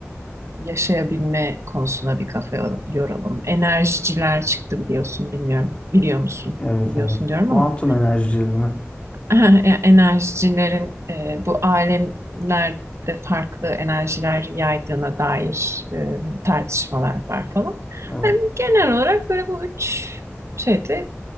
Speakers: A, on the right (about 70°); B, on the left (about 25°).
A: yaşayabilme konusuna bir kafa yoralım. Enerjiciler çıktı biliyorsun, bilmiyorum. Biliyor musun?
B: Evet,
A: Biliyorsun
B: evet.
A: diyorum
B: Kuantum
A: ama
B: enerjileri mi?
A: <laughs> Yani enerjicilerin e, bu alemlerde farklı enerjiler yaydığına dair e, hani tartışmalar var falan.
B: Evet.
A: Yani genel olarak böyle bu üç şeyde